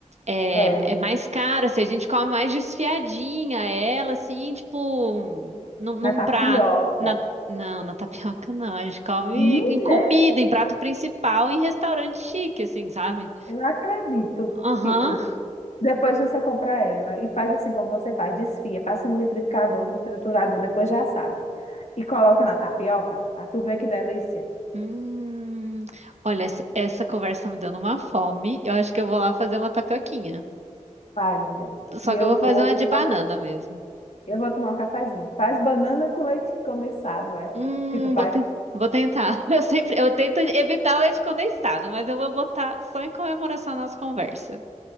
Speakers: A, on the right; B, on the left.
A: É,
B: É,
A: é mais caro, assim, a gente come mais desfiadinha ela, assim, tipo, num, num
B: na tapioca.
A: prato. Na, não, na tapioca não, a gente come
B: Mulher,
A: em comida, em prato principal, em restaurante chique, assim, sabe?
B: eu não acredito
A: Aham.
B: que depois você compra ela e faz assim como você faz, desfia, passa no liquidificador, no triturador, depois já assada. E coloca na tapioca, ah, tu vê que delícia.
A: Hum, olha, essa, essa conversa me dando uma fome, eu acho que eu vou lá fazer uma tapioquinha.
B: Vai, mulher.
A: Só
B: E eu
A: que eu vou
B: vou
A: fazer uma de
B: tomar
A: banana
B: um, ca-
A: mesmo.
B: eu vou tomar um cafezinho. Faz banana com leite condensado, é?
A: Hum,
B: Que tu faz.
A: vou, ten- vou tentar. <laughs> Eu sempre, eu tento evitar o leite condensado, mas eu vou botar só em comemoração à nossa conversa.